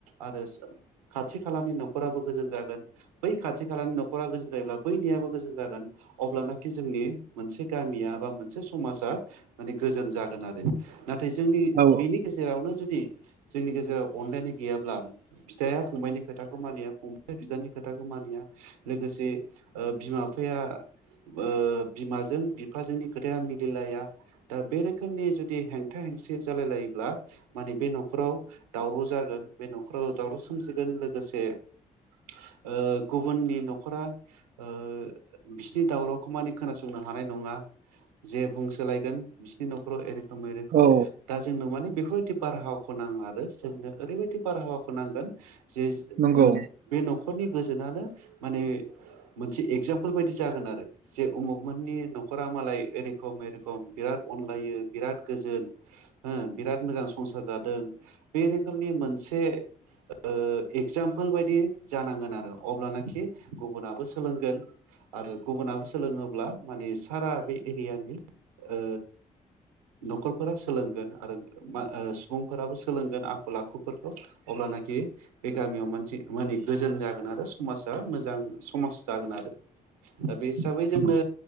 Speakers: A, on the right; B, on the right.
A: आरोस खाथि खालानि न'खराबो गोजोन जागोन। बै खाथि खालानि न'खरा गोजोन जायोब्ला बैनियाबो गोजोन जागोन अब्लानाखि जोंनि मोनसे गामि या बा मोनसे समासआ माने गोजोन जागोन आरो नाथाय जोंनि
B: औ
A: बिनि गेजेरावनो दि जोंनि गेजेराव अनलायनाय गैयाब्ला बिदाया फंबायाइनि खोथाखौ मानिया फंबाया बिदानि खोथाखौ मानिया लोगोसे ओ बिमा बिफाया ओ बिमाजों बिफाजोंनि खोथाया मिलायलाया दा बे रोखोमनि जुदि हेंथा हेंसि जालाय लायोब्ला माने बे न'खराव दावराव जागोन बे न'खराव दावराव सोमजिगोन लोगोसे ओ गुबुननि न'खरा ओ बिसिनि दावरावखौ माने खोनासंनो हानाय नङा जे बुंसोलायगोन बिसोरनि न'खराव एरै ए रखम ए रखम
B: औ
A: दा जोंनाव माने बे बारहावाखौ नाङा आरो जोंनो ओरैबायदि बारहावाखौ नांगोन जेस
B: नंगौ
A: मोन बे न'खरनि गोस नानो माने मोनसे एगजामपुल बायदि जागोन आरो जे अमुक मोननि न'खरा माला ओइ ऐ रखम ऐ रखम बिराद अनलायो बिराद गोजोन हो बिराद मोजां स' संसार जादों बे रोखोमनि मोनसे ओ एक्जामपोल बायदि जानांगोन आरो अब्लानोखि गुबुनाबो सोलोंगोन। आरो गुबुनाबो सोलोङोब्ला माने सारा बे एरियानि ओ न'खरफोरा सोलोंगोन आरो मा ओ सुबुंफोराबो सोलोंगोन आखल आखुफोरखौ अब्लानाखि बे गामियाव मानसे माने गोजोन मोजां जागोन आरो समाजा मोजां समाज जागोन आरो।
B: <inaudible>
A: दा बे हिसाबै जोंनो
B: नंगौ